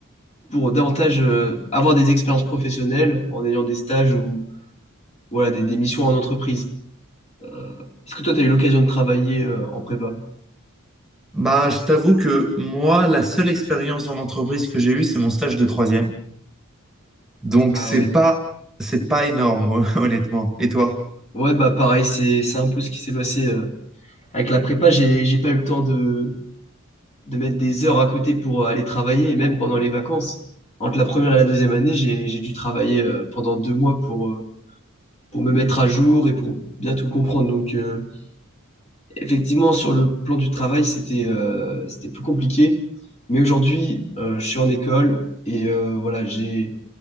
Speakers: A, on the left (about 30°); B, in the centre.
A: pour davantage euh, avoir des expériences professionnelles en ayant des stages ou voilà, des, des missions en entreprise. Euh, est-ce que toi, tu as eu l'occasion de travailler euh, en prépa?
B: Bah, je t'avoue que moi, la seule expérience en entreprise que j'ai eue, c'est mon stage de troisième. Donc,
A: Ah
B: c'est
A: ouais.
B: pas, c'est pas énorme, <laughs> honnêtement. Et toi?
A: Ouais, bah pareil, c'est c'est un peu ce qui s'est passé euh, avec la prépa. J'ai j'ai pas eu le temps de, de mettre des heures à côté pour euh, aller travailler. Et même pendant les vacances, entre la première et la deuxième année, j'ai j'ai dû travailler euh, pendant deux mois pour, euh, pour me mettre à jour et pour bien tout comprendre. Donc, euh, effectivement, sur le plan du travail, c'était euh, c'était plus compliqué. Mais aujourd'hui, euh, je suis en école et euh, voilà, j'ai